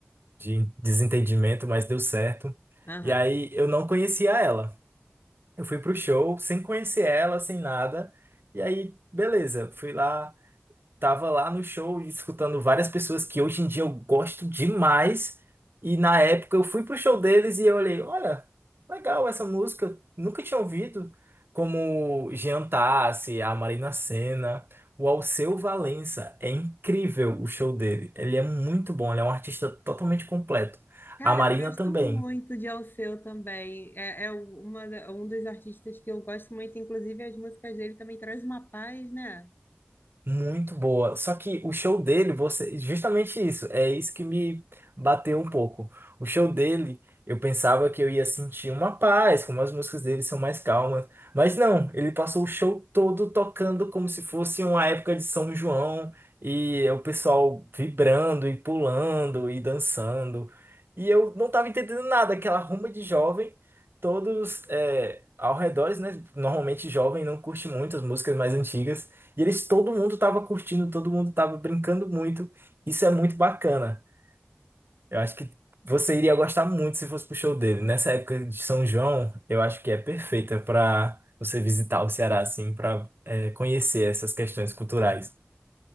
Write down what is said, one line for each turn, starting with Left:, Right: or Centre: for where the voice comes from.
Right: de desentendimento, mas deu certo.
Left: aham.
Right: E aí eu não conhecia ela. Eu fui pro show sem conhecer ela, sem nada. E aí, beleza, fui lá. Tava lá no show escutando várias pessoas que hoje em dia eu gosto demais. E na época eu fui pro show deles e eu olhei, olha, legal essa música, nunca tinha ouvido. Como Jean Tassi, a Marina Sena, o Alceu Valença. É incrível o show dele. Ele é muito bom, ele é um artista totalmente completo.
Left: Cara,
Right: A Marina
Left: eu gosto
Right: também.
Left: muito de Alceu também. É, é uma, da- um dos artistas que eu gosto muito, inclusive as músicas dele também traz uma paz, né?
Right: Muito boa. Só que o show dele, você, justamente isso, é isso que me bateu um pouco. O show dele, eu pensava que eu ia sentir uma paz, como as músicas dele são mais calmas, mas não, ele passou o show todo tocando como se fosse uma época de São João e é o pessoal vibrando e pulando e dançando. E eu não tava entendendo nada, aquela rumba de jovem, todos é, ao redor, né? Normalmente jovem não curte muito as músicas mais antigas. E eles, todo mundo tava curtindo, todo mundo tava brincando muito. Isso é muito bacana. Eu acho que você iria gostar muito se fosse pro show dele. Nessa época de São João, eu acho que é perfeita para você visitar o Ceará, assim, para conhecer essas questões culturais.